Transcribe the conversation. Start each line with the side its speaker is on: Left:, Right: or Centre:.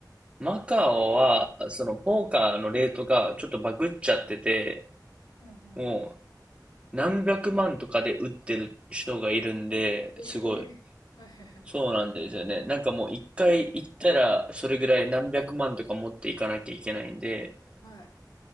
Right: マカオは、そのポーカーのレートがちょっとバグっちゃってて、
Left: うん。う
Right: もう何百万とかで打ってる人がいるんで、
Left: んええはいはいはい。
Right: すごい。そうなんですよね。なんかもう一回行ったら、それぐらい何百万とか持っていかなきゃいけないんで、
Left: はい